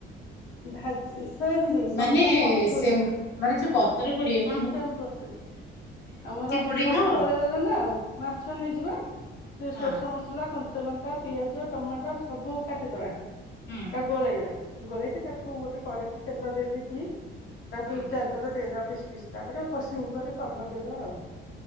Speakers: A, on the left; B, on the left.
A: ଭାଜି ସେମିତି ସବୁ
B: ମାନେ
A: ମସୁରୀ
B: ସେ ମାନେ ଯୋଉ ପତର ପଡିବା
A: ସେମେ ପ୍ରୋସେସ ଆମର
B: ପୋଡେଇ
A: ସବୁ
B: ହବ?
A: ଗୋଳେଇ ଦେଲେ ନା ମାଛ ନେଇଯିବେ ସେ ସୋରଷ
B: ହଁ
A: ମସଲା କଞ୍ଚଲଙ୍କା ପିଆଜ ଟମାଟୋ ସବୁ କାଟିଦବା।
B: ହୁଁ
A: ତାକୁ ଗୋଳେଇବା ଗୋଳେଇକି ତାକୁ ଗୋଟେ କଡେଇରେ ତେଲ ଦେଇେ ଦେଇ କି ତାକୁ
B: ହୁଁ
A: ଚାରିପଟେ ଦେଇଦବା ପିସ୍ ପିସ୍ ତାପରେ କସିଙ୍ଗ କରି କଭର ଦେଇଦବା ଆଉ।